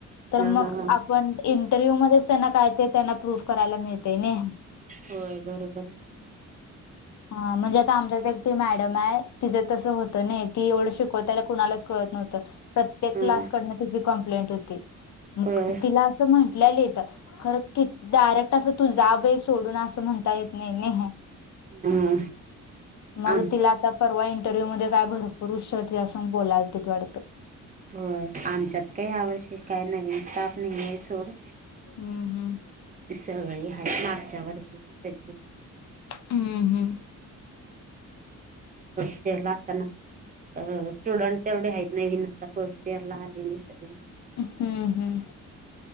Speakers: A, on the left; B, on the right.
A: तर
B: हा
A: मग
B: हा हा.
A: आपण इंटरव्ह्यू मध्येच त्यांना काय ते त्यांना प्रूफ करायला मिळते नाही
B: होय बरोबर आहे
A: हा म्हणजे आता आमचाच एकटी मॅडम आहे तिचं तसं होत नाही ती एवढं शिकवतायला कुणालाच कळत नव्हतं प्रत्येक
B: हम्म
A: क्लास ची कंप्लेंट होती म
B: होय.
A: तिला असं म्हंटेत खरं कि डायरेक्ट असं तू जा बे सोडून असं म्हणता येत नाही ने हे
B: ह
A: मग
B: आमच्या
A: तिला आता परवा इंटरव्ह्यू मध्ये काय भरपूर हशरते असून बोलायला तथ वाटतं
B: हो आमच्यात का ह्या वर्षी काय नवीन स्टाफ नाही आहे सोड
A: हम्म हम्म
B: सगळी हायत मागच्या वर्षीची
A: हम्म हम्म
B: सला असताना अ स्टुडंट तेवढे हायत नवीन सगळे फर्स्ट इयर ला आलेली सगळे
A: हम्म हम्